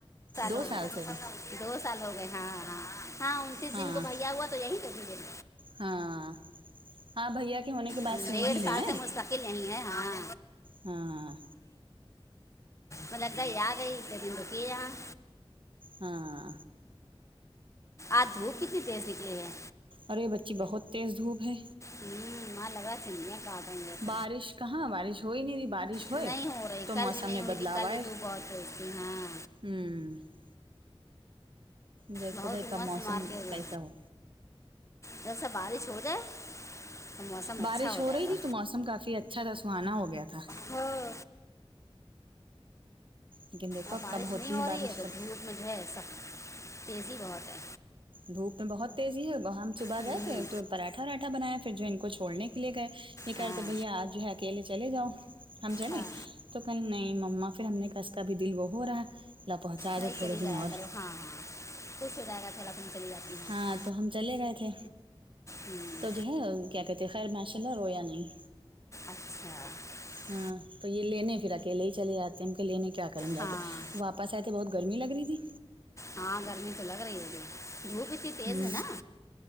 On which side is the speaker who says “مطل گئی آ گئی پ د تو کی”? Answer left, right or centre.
Left